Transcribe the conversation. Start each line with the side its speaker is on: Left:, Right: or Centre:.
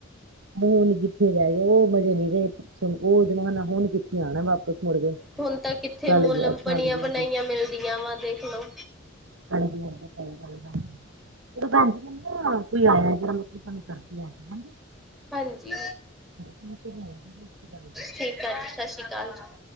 Right: ਹੁਣ ਕਿੱਥੇ ਰਹਿ ਗਿਆ, ਉਹ ਮਜੇ ਨੀ ਰਹੇ, ਉਹ ਜਮਾਨਾ ਹੁਣ ਕਿੱਥੇ ਆਣਾ ਵਾਪਿਸ ਮੁੜ ਕੇ।
Centre: ਹੁਣ ਤਾਂ ਕਿੱਥੇ
Right: ਚੱਲ
Centre: ਮੁਲ
Right: ਗਿਆ
Centre: ਬਣੀਆਂ-
Right: ਚੱਲ ਗਿਆ
Centre: ਬਣਾਈਆਂ ਮਿਲਦੀਆਂ ਵਾ ਦੇਖਲੋ।
Right: ਹਾਂਜੀ-ਹਾਂਜੀ, ਸਹੀ ਗੱਲ ਹੈ। ਚਲੋ ਭੈਣ ਜੀ ਲਗੱਦਾ ਕੋਈ ਆਇਆ ਹੈ? ਜਿਹੜਾ ਮਤਲਬ ਤੁਹਾਨੂੰ ਕਰਦੀ ਹੈ ਹਾਂਜੀ।
Centre: ਹਾਂਜੀ,
Right: ਠੀਕ ਹੈ ਭੈਣ ਜੀ ਸਤਿ ਸ਼੍ਰੀ ਅਕਾਲ ਜੀ
Centre: ਠੀਕ ਆ ਜੀ ਸਤਿ ਸ੍ਰੀ ਅਕਾਲ ਜੀ।